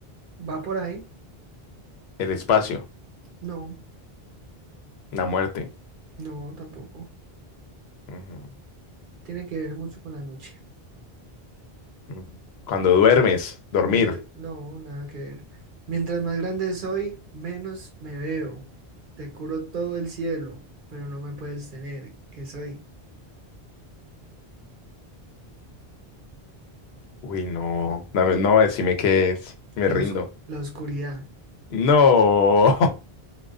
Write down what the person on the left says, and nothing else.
el espacio,
la muerte.
Ujú,
ujú. Cuando duermes, dormir.
Uy, no, dame- no, decime qué es. Me
rindo.
No.